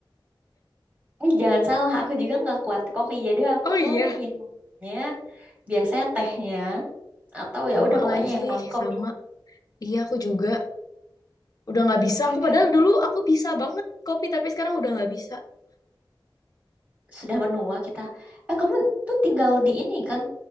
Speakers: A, on the right (about 20°); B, on the left (about 45°).
A: Eh jangan salah, aku juga nggak kuat kopi, jadi aku
B: oh iya,
A: minumnya biasanya tehnya atau
B: sama
A: ya udah pokoknya
B: lagi,
A: yang non kopi.
B: sama. Iya, aku juga udah nggak bisa.
A: Ya
B: Aku
A: kan?
B: padahal dulu aku bisa banget kopi, tapi sekarang udah nggak bisa.
A: sudah menua kita. Eh kamu tuh tinggal di ini kan